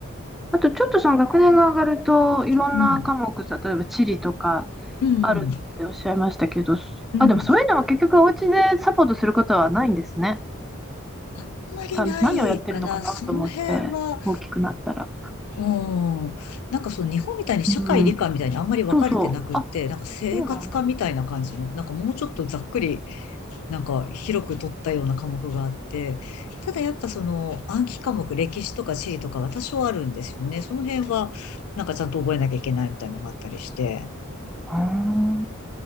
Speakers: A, in the centre; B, on the left.
A: あとちょっとその学年が上がると、いろんな科目、
B: うん、
A: 例えば地理とか、
B: うん、
A: あるっておっしゃいましたけど、
B: うん。
A: あ、でもそういうのは結局お家でサポートすることはないんですね。
B: あんまりないかな。
A: た、何をやってるのかなと思って、
B: その辺は、
A: 大きくなったら。
B: うん。なんかその日本みたいに社会理科みたいにあんまり分かれてなくって、
A: うん、そうそう。あ、
B: なんか生活科みたいな感じの、
A: そうなんだ。
B: なんかもうちょっとざっくり、なんか広く取ったような科目があって、ただやっぱその暗記科目、歴史とか地理とかは多少あるんですよね。その辺は、なんかちゃんと覚えなきゃいけないみたいなのがあったりして。
A: あー